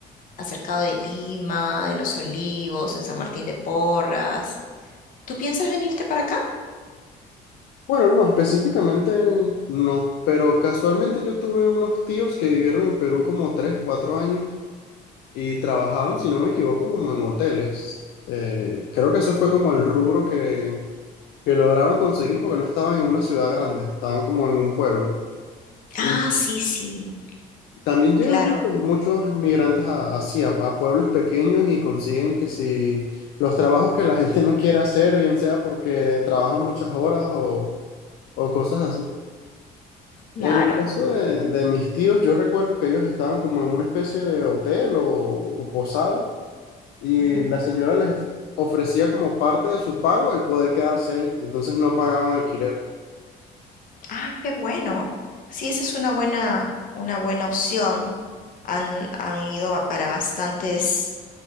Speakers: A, on the left (about 55°); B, on the left (about 70°).
A: acercado de Lima, en Los Olivos, en San Martín de Porras. ¿Tú piensas venirte para acá?
B: Bueno, no, específicamente no, pero casualmente yo tuve unos tíos que vivieron en Perú como 3 4 años. Y trabajaban, si no me equivoco, como en hoteles. Eh, creo que eso fue como el rubro que, que lograron conseguir porque no estaban en una ciudad grande, estaban como en un pueblo. Y
A: Ah, sí, sí,
B: también llegan
A: claro.
B: muchos, muchos migrantes a, así, a, a pueblos pequeños y consiguen que si los trabajos que la <laughs> gente no quiere hacer, bien sea porque trabajan muchas horas o, o cosas así.
A: Claro.
B: En el caso de, de mis tíos, yo recuerdo que ellos estaban como en una especie de hotel o o posada y
A: Ujú.
B: la señora les ofrecía como parte de su pago el poder quedarse ahí, entonces no pagaban alquiler.
A: Ah, qué bueno. Sí, esa es una buena, una buena opción. Han, han ido ba- para bastantes,